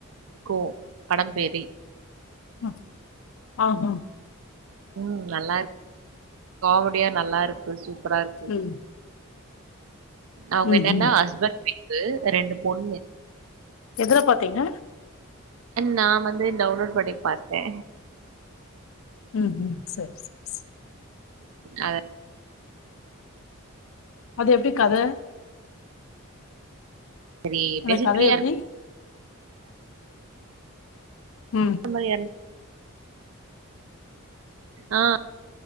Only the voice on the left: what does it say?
அ ஆஹ
ம்
ம்
ம்
எதல பாத்தீங்க
ம் ம் செரி செரி
அது எப்டி கத
அந்த கத
எப்டி
ம்